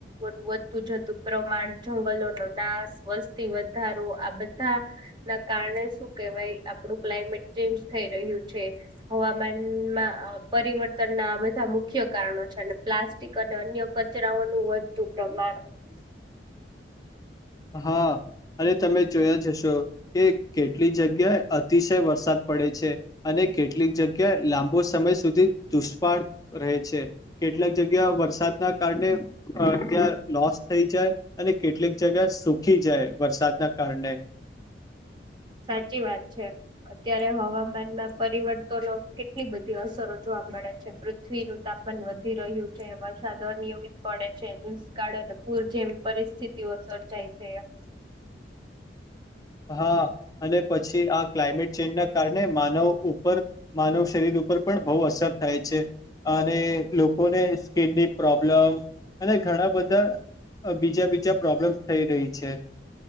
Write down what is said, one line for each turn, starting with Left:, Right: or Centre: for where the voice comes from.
Right: એ બધ તું જતું પ્રમાણ, જંગલો નો નાશ, વસ્તી વધારો આ બધા ના કારણે આપડે શું કેવાય આપડુ ક્લામેટ ચેન્જ થઈ રહયુ છે. હવામાનમાં પ પરિવર્તન ના બધા મુખ્ય કારણો છે અને પ્લાસ્ટિક અને અન્ય કચરાઓનું વધતું પ્રમાણ હમ
Left: હા અને તમે જોયા જશો કે કેટલી જગ્યા અતિશ વરસાદ પડે છે, અને કેટલીક જગ્યા લાંબો સમય સુધી <unintelligible> રહે છે. <unintelligible> કેટલાક જગ્યા વરસાદના કારણે ત્યાં લોસ થઈ જાય અને કેટક <unintelligible> સુખી જાય વરસાદના કારણે.
Right: સાચી વાત છે, અત્યારે હવામાનમાં પરિવર્તનો કેટલી બધી અસરો જો મળે છે, પૃથ્વીનું તાપમાન વધી રહ્યું છે, વરસાદ અનિયમિત પડે છે, દુષ્કાળ. પૂર જેમ પરિસ્થિતિઓ સર્જાય છે, એમ.
Left: હા અને પછી આ ક્લાયમેટ ચેન્જ ના કારણે માનવ ઉપર માનવ <unintelligible> ઉપર પણ બહુ અસર થાય છે, અને લોકોને. સ્કીિનની પ્રોબ્લેમ અને ઘણા બધા. બીજા બીજા પ્રોબ્લેમ્સ થઈ રહી છે.